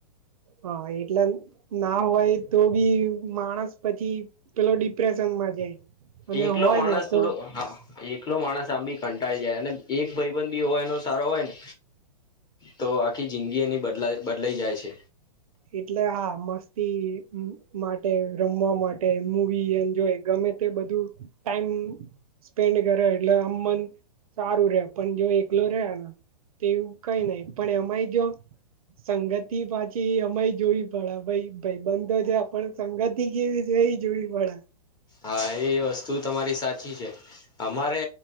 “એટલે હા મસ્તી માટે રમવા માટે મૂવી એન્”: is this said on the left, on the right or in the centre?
Right